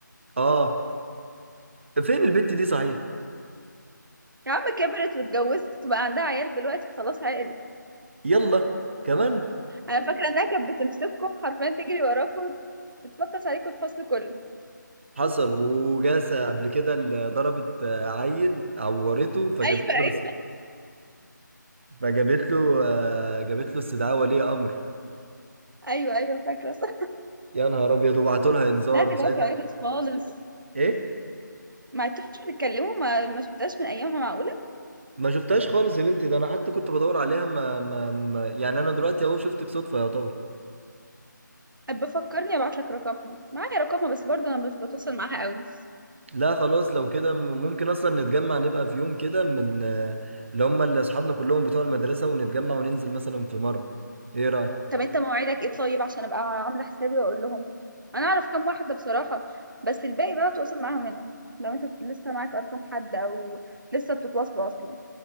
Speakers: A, on the right; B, on the right.
A: اه فين البت دي صحيح
B: يا عم كبرت واتجوزت وبقى عندها عيال دلوقتي خلاص عقلت
A: يلا كمان
B: انا فاكره انها كانت بتمسككم حرفيا تجري وراكم تتفطس عليكم الفصل كله
A: حصل وجاسة قبل كده اللي ضربت آه، عيل عورته فجابت
B: ايوه
A: له
B: ايوه
A: فجابت له آه، جابت له استدعاء ولي امر
B: ايوه ايوه فاكره صح
A: يا نهار ابيض وبعتوا لها انذار
B: لا دلوقتي
A: وساعتها
B: عقلت خالص
A: ايه
B: ما عدتوش بتتكلموا ما ما شفتهاش من ايامها معقوله
A: ما شفتهاش خالص يا بنتي ده انا حتى كنت بدور عليها ما, ما, ما يعني انا دلوقتي اهو شفتك صدفة يا طبعا
B: بفكرني ابعت لك رقمها معايا رقمها بس برضه انا مش بتواصل معاها قوي
A: لا خلاص لو كده م- ممكن اصلا نتجمع نبقى في يوم كده من آه، اللي هم اللي اصحابنا كلهم بتوع المدرسة ونتجمع وننزل مثلا في مرة ايه رأيك
B: طب انت مواعيدك ايه طيب عشان ابقى عامله حسابي واقول لهم انا اعرف كام واحده بصراحه بس الباقي بقى تواصل معاهم انت لو انت لسه معاك ارقام حد او لسه بتتواصلوا اصلا